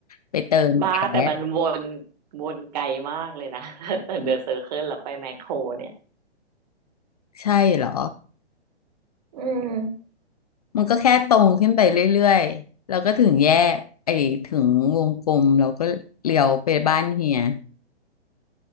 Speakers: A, on the left; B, on the right.
A: ไปเติมแก๊ส
B: บ้าแต่มันวนวนไกลมากเลยนะ <laughs> ถ้าจากเดอะเซอร์เคิลแล้วไปแมคโครเนี่ย
A: ใช่เหรอ
B: อืม
A: มันก็แค่ตรงขึ้นไปเรื่อยๆแล้วก็ถึงแยกไอ้ถึงวงกลมแล้วก็เลี้ยวไปบ้านเฮีย